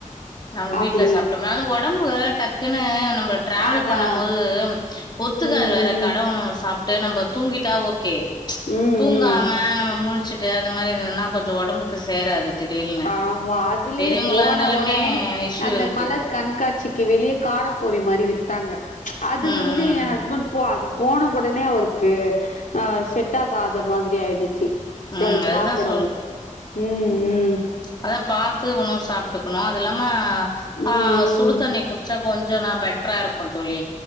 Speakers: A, on the left (about 35°); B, on the left (about 80°).
A: நம்ம வீட்ல
B: அப்டி
A: சாப்ட்டோனாலு ஒடம்பு வேற டக்குன்னு நம்ம டிராவல்
B: அதா
A: பண்ணமோது ஒத்துக்காது
B: ம்
A: வேற கடஉணவு சாப்ட்டு நம்ம தூங்கிட்டா ஓகே
B: ம் ம்
A: தூங்காம
B: ம்
A: நம்ம முழிச்சிட்டு அந்த மாரி எதன்னா கொஞ்சோ ஒடம்புக்கு சேராது திடீல்னு
B: ஆமா அதுலயே
A: பெரியவங்களா
B: போன
A: இருந்தாலுமே
B: ஒடனே
A: இஷ்யூ
B: அந்த
A: இருக்கு.
B: மலர் கண் காட்சிக்கு வெளியே காரப்பூரி மாரி வித்தாங்க அது
A: ம்,
B: வந்து
A: ம்.
B: என் ஹஸ்பண்ட் போ அது போன ஒடனே அவருக்கு ஆ செட் ஆகாத மாதிரி ஆயிடுச்சி
A: ம்.
B: அது
A: அதுதான்
B: சாப்டவு ம் ம்
A: அதா பாத்து உணவு சாப்ட்டுக்குணு அது இல்லாம
B: ம்
A: ஆ சுடு
B: ம்
A: தண்ணி குடிச்சா கொஞ்சோ நா பெட்டரா இருக்கும் தோழி